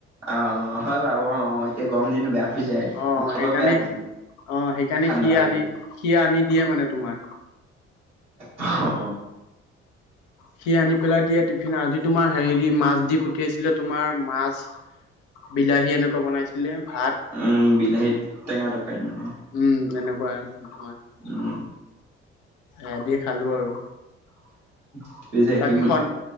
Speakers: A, on the right (about 80°); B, on the left (about 55°).
A: অ- অ- হয় বাৰু অ এতিয়া গম দিন বেয়া- হৈ যায়
B: অ'
A: আৰু খাব
B: সেইকাৰণে
A: বেয়াটো
B: অ' সেইকাৰণে
A: ঠান্দা
B: সি
A: হৈ
B: আনি
A: গ'লে
B: সি আনি দিয়ে মানে তোমাৰ।
A: অহ
B: সি আনি পেলাই দিয়া টিফিন আজি তোমাৰ হেৰি দি মাছ দি পঠিয়াইছিলে। তোমাৰ মাছ বিলাহী এনেকুৱা বনাইছিলে ভাত
A: উম! বিলাহিত তেঙাটো কাই মানে
B: উম <inaudible>
A: উম
B: আহ দি খালোঁ আৰু
A: <inaudible>
B: বাকীখন
A: কিম